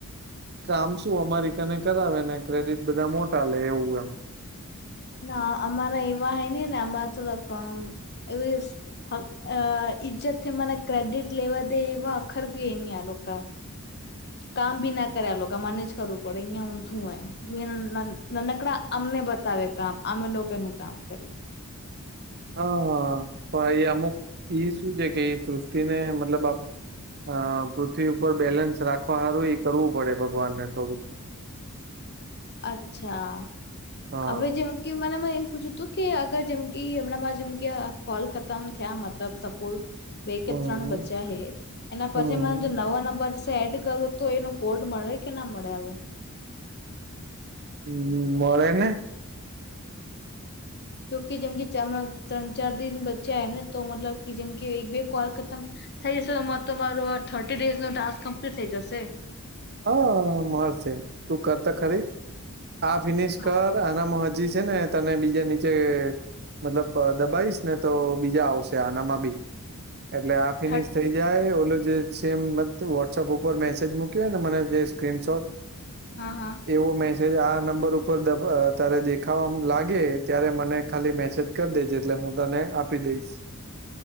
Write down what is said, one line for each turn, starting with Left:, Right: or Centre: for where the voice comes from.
Right: કામ શું અમારી કને કરાવે ને ક્રેડિટ બધા મોટા લે એવું એમ.
Left: ના અમારા એવા હે ની ને અમારા <unintelligible> અ ઈજ્જત થી મને ક્રેડિટ લેવા દે એવા <unintelligible> બી એની આ લોકા. કામ ભી ના કરે આ લોકો મને જ કરવું પડે અહિયાં ઊંધું હે. મે નાન નાનકડા અમને બતાવે કામ અમે લોકોનું કામ કરી.
Right: હા પણ એ અમુક ઈ શું છે કે એ સૃષ્ટિને મતલબ આપ અ પૃથ્વી ઉપર બેલેન્સ રાખવા સારું ઈ કરવું પડે ભગવાનને થોડુંક.
Left: અચ્છા
Right: હા
Left: અવે જેમ કે મને એમા એમ પૂછ્યું હતું કે અગર જેમ કે હમણાં મારે જેમ કે અ કોલ ખતમ થયા મતલબ સપોઝ બે કે
Right: હમ
Left: ત્રણ બચ્યા હે એના
Right: હમ
Left: પછી મને જો નવા નંબર સેડ કરવો તો એનો કોડ મળે કે ના મળે અવે.
Right: હમ મળે ને.
Left: તો કે જેમ કે <unintelligible> ત્રણ ચાર દિન બચ્ચા એમ ને તો મતલબ કે જેમ કે એક બે કોલ ખતમ થઈ જશે <unintelligible> તો મારો આ થર્ટી ડેઝનો ટાસ્ક કમ્પ્લીટ થઈ જશે.
Right: હા મળશે તું કર તો ખરી. આ ફિનિશ
Left: હા
Right: કર આનામાં હજી છે ને તને બીજા નીચે મતલબ દબાઈશ ને તો બીજા આવશે આનામાં બી એટલે આ ફિનિશ
Left: થર્ટ
Right: થઇ જાય ઓલો જે સેમ મત વોટ્સઅપ ઉપર મેસેજ મૂક કે ને મને જે સ્ક્રીનશોટ
Left: હા હા.
Right: એવો મેસેજ આ નંબર ઉપર દબ તારે દેખાવા લાગે ત્યારે મને ખાલી મેસેજ કર દેજે એટલે હું તને આપી દઈશ.